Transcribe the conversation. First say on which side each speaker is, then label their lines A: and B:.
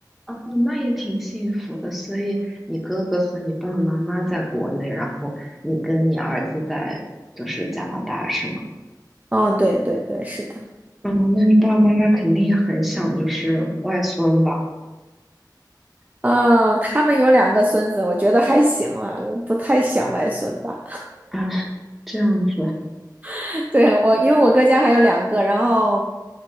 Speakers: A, in the centre; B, on the right.
A: 嗯那也挺幸福的。所以你哥哥和你爸爸妈妈在国内，然后你跟你儿子在就是加拿大是吗？
B: 哦，对对对，是的。
A: 嗯，那你爸爸妈妈肯定也很想就是外孙吧？
B: 嗯，他们有两个孙子，我觉得还行了，不太想外孙吧。
A: 啊，这样子
B: <laughs> 对，我，因为我哥家还有两个，然后，